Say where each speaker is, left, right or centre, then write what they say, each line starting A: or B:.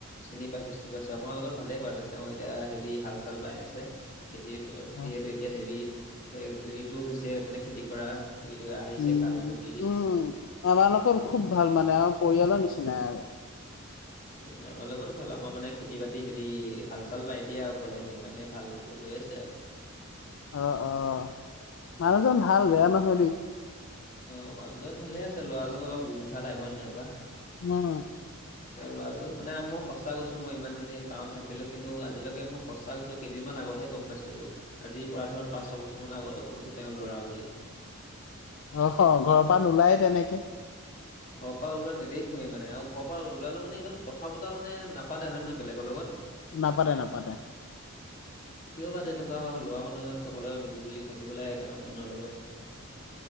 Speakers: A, on the left; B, on the left.
A: চিনি পাইছো চিনি পাইছো, আমাৰ লগত ভালেই পাওঁ দে তেওঁ এতিয়া হেৰি হাল - চাল বাই আছে। খেতি
B: অ
A: যিহেতু এতিয়া হেৰি ঋতু হৈছে মানে খেতি কৰা। সিৰে আহিছে
B: উম
A: কালহি।
B: উম আমাৰ লগৰ খুব ভাল মানে আমাৰ পৰিয়ালৰ নিচিনাই আৰু।
A: উম আমাৰ লগৰো ভাল আমাৰ মানে খেতি - বাতি হেৰি হাল - চাল বাই দিয়ে আৰু কলে সেইকাৰণে ভাল হৈ আছে আৰু।
B: অ অ, মানুহজন ভাল বেয়া নহয় দেই।
A: অ মানুহজন ভালে আছে ল'ৰাজন অলপ গুমুঠা টাইম হয় নে নহয় কোৱা
B: উম
A: তেওঁ ল'ৰাটো মানে মই সঁচা গৈছো মই ইমান দিনে গাঁৱত থাকিলো কিন্তু আজিলৈকে মই সঁচ ছা কৈছো কেইদিনমান আগতেহে গম পাইছো এইটো আজি পৰা ধৰ পাঁচ ছয়বছৰ মান আগতে গম পাইছোঁ তেওঁ ল'ৰা বুলি
B: অ হ ঘৰৰ পৰা নোলায় তেনেকে।
A: ঘৰ পৰা ওলোৱা নেদেখোৱে মানে আৰু ঘৰ পৰা ওলালে মানে ইমান কথা পতা মানে নাপাতে হয় নে নহয় বেলেগৰ লগত?
B: নাপাতে নাপাতে।
A: কিয় বা তেনেকুৱা হয়, লৰা মানুহ এজন চবৰ লগত মিলি জুলি থাকিব লাগে গাঁৱৰ মানুহৰ লগত।